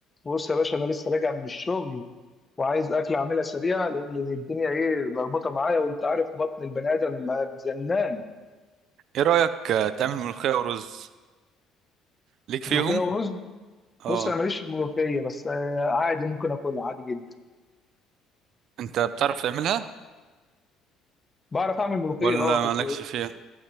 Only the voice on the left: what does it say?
بص يا باشا انا لسه راجع من الشغل وعايز اكل اعملها سريعه لان لأن الدنيا ايه ملخبطه معايا وانت عارف بطن البني ادم ما زنان
ملوخيه ورز
بص انا ماليش في الملوخيه بس آه، عادي ممكن اكلها عادي جدا
بعرف اعمل ملوخيه
اه كنت